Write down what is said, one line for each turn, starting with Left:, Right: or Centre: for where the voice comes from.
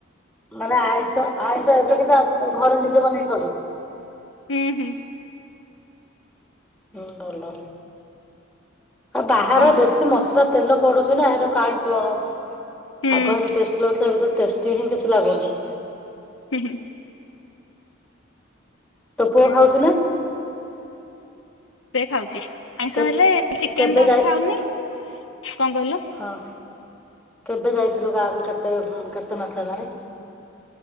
Centre: ମାନେ ଆଇୁଷ ଆୟୁଷ ଏବେ କିନ୍ତ ଘରେ ନିଜେ ବନେଇ ଖବୁ
Left: ହୁଁ ହୁଁ।
Centre: ହୁଁ ଭଲ। ଆଉ ବାହାରେ
Left: କଣ
Centre: ବେଶୀ ମସଲା ତେଲ ପଡୁଛି ନା ଏ କାହିଁ କଣ?
Left: ହୁଁ
Centre: ଆଉ କଣ ହେଲେ ଟେଷ୍ଟ ଲାଗୁଥିଲା ଏବେ ତ ଟେଷ୍ଟି ହିଁ କିଛି ଲାଗୁନି।
Left: ହୁଁ ହୁଁ।
Centre: ତୋ ପୁଅ
Left: ହଁ
Centre: ଖାଉଛି ନା।
Left: ସେ ଖାଉଛି। ଆଇଁଷ
Centre: କେ
Left: ହେଲେ ଚିକେନ
Centre: କେବେ
Left: ଟା
Centre: ଯାଇ
Left: ଖାଉନି। କଣ କହିଲୁ।
Centre: ହଁ। କେବେ ଯାଇଥିଲୁ ଗାଁକୁ କେତେ କେତେ ମାସ ହେଲାଣି।